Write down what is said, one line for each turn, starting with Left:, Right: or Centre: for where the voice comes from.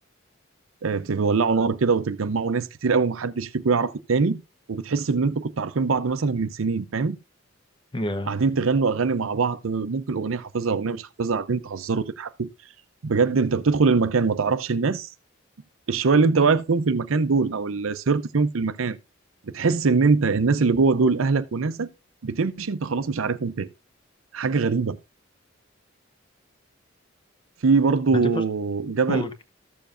Right: آه، تولعوا نار كده وتتجمعوا ناس كتير قوي محدش فيكم يعرف التاني وبتحس ان انتوا كنتوا عارفين بعض مثلا من سنين فاهم
Left: يا
Right: قاعدين تغنوا اغاني مع بعض ممكن اغنيه حافظها اغنيه مش حافظها قاعدين تهزروا وتضحكوا بجد انت بتدخل المكان ما تعرفش الناس الشويه اللي انت واقف فيهم في المكان دول او اللي سهرت فيهم في المكان بتحس ان انت الناس اللي جوه دول اهلك وناسك بتمشي انت خلاص مش عارفهم تاني حاجه غريبه في برضو
Left: دي برضه <laughs>
Right: جبل
Left: قول